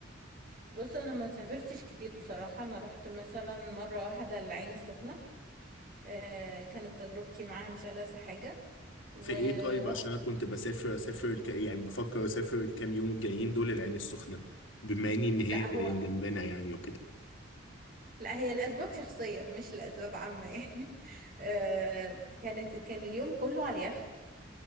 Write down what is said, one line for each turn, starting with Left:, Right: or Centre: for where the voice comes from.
Right: بص انا ما سافرتش كتير بصراحه انا رحت مثلا مره واحده العين السخنه آه كانت تجربتي معاها مش ألذ حاجه ورحت
Left: في ايه طيب عشان انا كنت بسافر اسافر الك... يعني بفكر اسافر الكام يوم الجايين دول العين السخنة بما اني ان هي
Right: لا
Left: جاي
Right: هو
Left: جنبنا يعني وكده
Right: لا هي الاسباب شخصيه مش لاسباب عامه يعني <laughs> آه كانت كان اليوم كله على اليخت